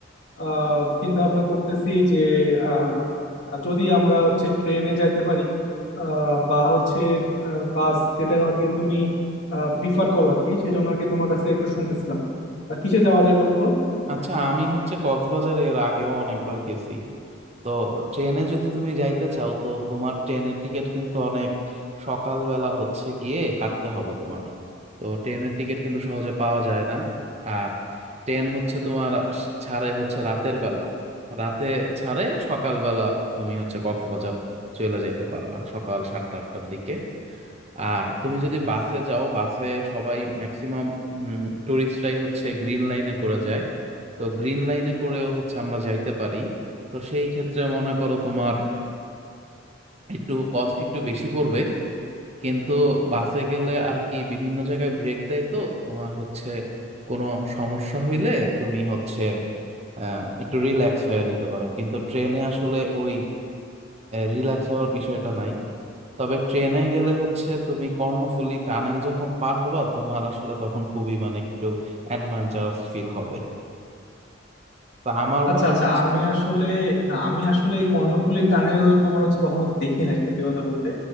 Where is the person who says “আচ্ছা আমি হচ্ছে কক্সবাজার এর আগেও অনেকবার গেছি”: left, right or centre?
Right